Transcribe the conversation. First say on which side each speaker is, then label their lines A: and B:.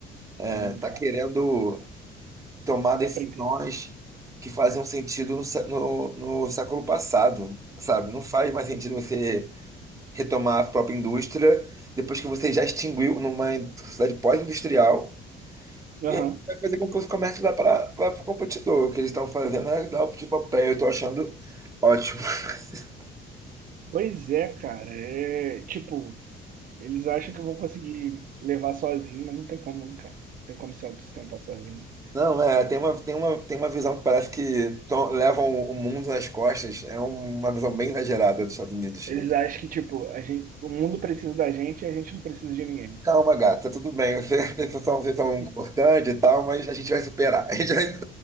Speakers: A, on the right; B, on the right.
A: É,
B: Sim,
A: tá
B: cara.
A: querendo tomar
B: Não
A: decisões
B: dá pra entender.
A: que faziam sentido no, sé- no, no século passado, sabe? Não faz mais sentido você retomar a própria indústria depois que você já extinguiu numa sociedade pós-industrial.
B: Aham.
A: E aí vai fazer com que os comércios vá para vá para o competidor. O que eles estão fazendo é dar o tipo a pé. Eu estou achando ótimo. <laughs>
B: Pois é, cara. É tipo, eles acham que vão conseguir levar sozinho, mas não tem como, não, cara. Não tem como se autossustentar sozinho.
A: Não, é, tem uma, tem uma, tem uma visão que parece que to- levam o mundo nas costas. É um, uma visão bem exagerada dos Estados Unidos.
B: Eles acham que, tipo, a gente, o mundo precisa da gente e a gente não precisa de ninguém.
A: Calma, gata, tudo bem. <laughs> Você, vocês são, vocês são
B: <laughs>
A: importantes e tal, mas a gente vai superar. <laughs> A gente vai, <laughs>